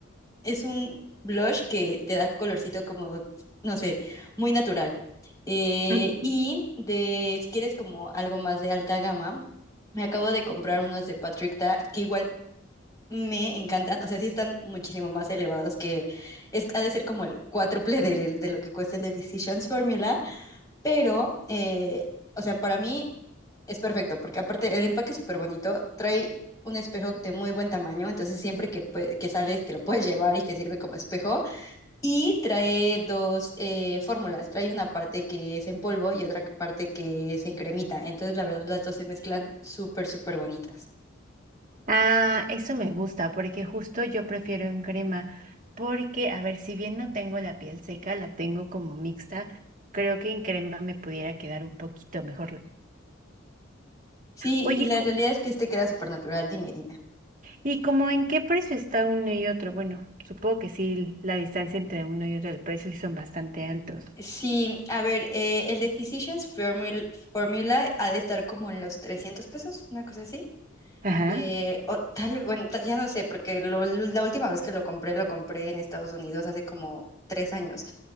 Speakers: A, on the left; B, on the right.
A: es un blush que te da colorcito como, no sé, muy natural. Eh,
B: ujú.
A: y de, si quieres como algo más de alta gama, me acabo de comprar unos de Patrick Ta que igual me encantan. O sea, sí están muchísimo más elevados que es, ha de ser como el cuádruple de, de lo que cuesta el de Physicians Formula, pero, eh, o sea, para mí es perfecto porque aparte el empaque es súper bonito, trae un espejo de muy buen tamaño, entonces siempre que, pue- que sales te lo puedes llevar y te sirve como espejo. Y trae dos eh, fórmulas. Trae una parte que es en polvo y otra parte que es en cremita. Entonces, la verdad, las dos se mezclan súper, súper bonitas.
B: Ah, eso me gusta porque justo yo prefiero en crema porque, a ver, si bien no tengo la piel seca, la tengo como mixta, creo que en crema me pudiera quedar un poquito mejor.
A: Sí,
B: Oye,
A: y la
B: ¿cómo-
A: realidad es que este queda súper natural. Dime, dime.
B: ¿y como en qué precio está uno y otro? Bueno, supongo que sí, la distancia entre uno y otro, el precio sí son bastante altos.
A: Sí, a ver, eh, el de Physicians Formula, Formula ha de estar como en los 300 pesos, una cosa así.
B: Ajá.
A: Eh, o tal, bueno, ta- ya no sé, porque lo- lo- la última vez que lo compré, lo compré en Estados Unidos hace como tres años.